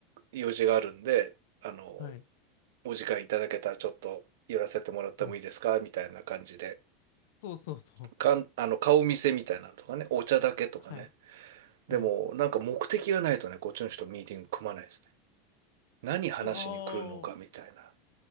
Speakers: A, on the right; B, on the left.
A: 用事があるんで、あの、
B: はい。
A: お時間いただけたらちょっと寄らせてもらってもいいですかみたいな感じで。
B: うん。そうそうそう。
A: かん、あの、顔見せみたいなのとかね、お茶だけとかね。
B: はい。はい。
A: でも、なんか目的がないとね、こっちの人ミーティング組まないですね。何話しに来るのかみたいな。
B: いやー。